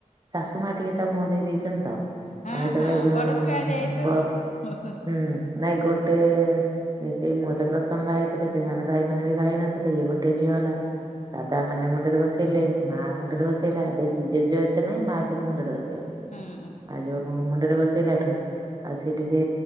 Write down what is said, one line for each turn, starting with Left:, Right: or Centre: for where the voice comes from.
Right: ଶାଶୁ ମା ଟିକେ ତା ମୁହଁ ଦେଇ ଦେଇଛନ୍ତି ତ।
Left: ହଁ
Right: ଆ ଯେତେବେଳେ
Left: ହଁ
Right: ଗ
Left: ବଡ ଛୁଆ ଯେହେତୁ
Right: ବ ହୁଁ। ନାଇଁ ଗୋଟେ କି ମୁଁ ତ ପ୍ରଥମ ବାହା ହେଥିଲି ସେମାନେ ଭାଇ ମାନେ ବି ବାାଇ ନଥିଲେ ଇଏ ଗୋଟେ ଝିଅ ହେଲା ଦାଦା ମାନେ ମୁଣ୍ଡରେ ବସେ ବସେଇଲେ ମା ମୁଣ୍ଡରେ ବସେଇଲା ବେଶୀ ଜେଜେ ଏତେ ନାଇଁ ମାଆ କିନ୍ତୁ ମୁଣ୍ଡରେ ବସେଇବ।
Left: ହୁଁ।
Right: ଆଉ ଯୋଉ ମୁଣ୍ଡରେ ବସେଇଲାଠୁ ଆଉ ସିଏ ଟିକେ